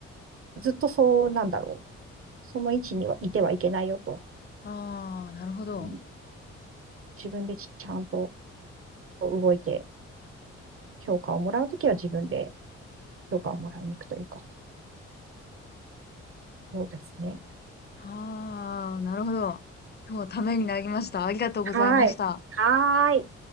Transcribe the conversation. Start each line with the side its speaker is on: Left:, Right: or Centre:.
Right: ずっとそうなんだろう。その位置にはいてはいけないよと。
Left: ああ、なるほど。
Right: うん、自分でちちゃんと覚えて、評価をもらうときは自分で評価をもらいに行くというか、そうですね。
Left: ああ、なるほど。
Right: うん
Left: 今日はためになりました。ありがとうございました。
Right: はい。はーい。